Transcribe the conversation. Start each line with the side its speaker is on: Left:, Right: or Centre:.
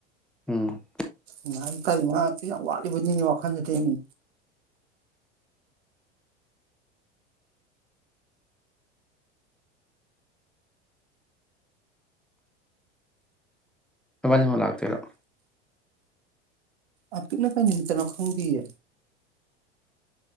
Centre: ꯎꯝ
Right: ꯏꯃꯥ ꯑꯩ ꯀꯩꯅꯣ ꯉꯍꯥꯟꯗ ꯌꯥꯝ ꯋꯥꯠꯂꯤꯕꯣꯏ ꯅꯤꯡꯉꯤ ꯋꯥꯈꯜꯗꯗꯤ ꯎ
Centre: ꯅꯕꯅꯤꯃꯛ ꯂꯥꯛꯇꯣꯏꯔꯣ
Right: ꯑꯄꯤꯛꯅ ꯀꯔꯤ ꯅꯨꯃꯤꯇꯅꯣ ꯈꯪꯗꯤꯌꯦ